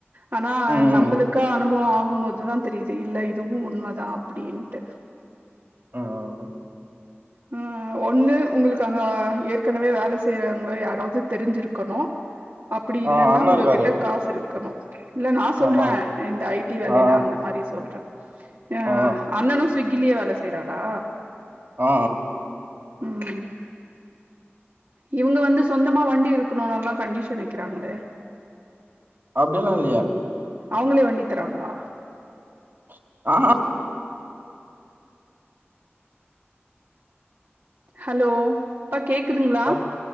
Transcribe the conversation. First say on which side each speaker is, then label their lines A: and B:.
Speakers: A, on the right; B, on the right.
A: ஆனா
B: ம்.
A: நம்பளுக்கா அனு ப்பவு ஆகும்போதுதா தெரிது இல்ல இதுவு உண்மதா அப்டின்ட்டு
B: உம் ம்
A: ம் ம் ஒண்ணு உங்களுக்கு அங்க ஏற் கனவே வேல செய்யுற முறை யாராவது தெரிஞ்சுருக்கணு அப்டி
B: ஆ
A: இல்லன்னா
B: அண்ணா
A: உங்ககிட்ட
B: இருக்காரு.
A: காசு இருக் ருக்கணு இல்ல நா சொல்ற
B: ஆமா.
A: இந்த ஐ டி வேலையெலா
B: ஆ
A: அந்த மாரி சொல்ற அ
B: ஆ
A: அண்ணனு சிக் கிலியே வேல செய்றாரா
B: ஆ
A: ம் இவுங்க வந்து சொந்தமா வண்டி இருக்கணுனல்லா கண்டிஷன் வைக்கிறாங்களே
B: அப்டியெல்லா இல்லையே
A: அவுங்களே வண்டி தராங்களா
B: <unintelligible>
A: ஹலோ ப்பா கேக்குதுங்களா
B: அ